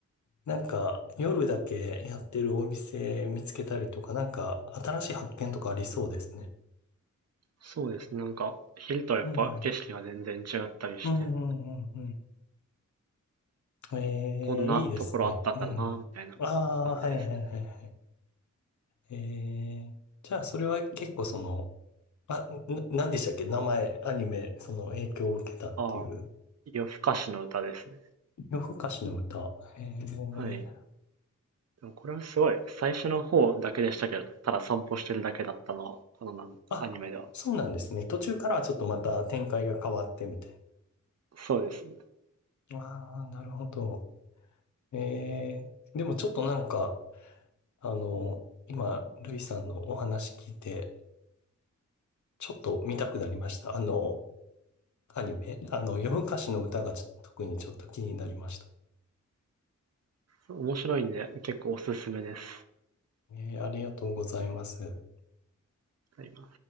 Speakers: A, on the left; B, on the right.
A: なんか、夜だけやってるお店見つけたりとか、なんか、新しい発見とかありそうですね。
B: そうです。なんか、昼とはやっぱ景色が全然違ったりして、
A: うん。うん、うん、うん、うん。ええ、
B: こんなところあったんだな、
A: いいですね。うん。
B: みたいな感じですね。
A: ああ、はい、はい、はい、はい。ええじゃあ、それは結構その、あ、な、なんでしたっけ名前、アニメ、その影響を受けたっていう、
B: ああ、夜更かしの歌ですね。
A: 夜更かしの歌。ええ
B: はい。でもこれはすごい、最初の方だけでしたけど、ただ散歩してるだけだったのは、このなんアニメでは。
A: あ、そうなんですね。途中からはちょっとまた展開が変わってみたい
B: そうですね。
A: な。ああ、なるほど。ええでもちょっとなんか、あの、今、ルイさんのお話聞いて、ちょっと見たくなりました。あの、アニメ。あの、夜更かしの歌がちょ特にちょっと気になりました。
B: 面白いんで、結構おすすめです。
A: ええありがとうございます。
B: 今。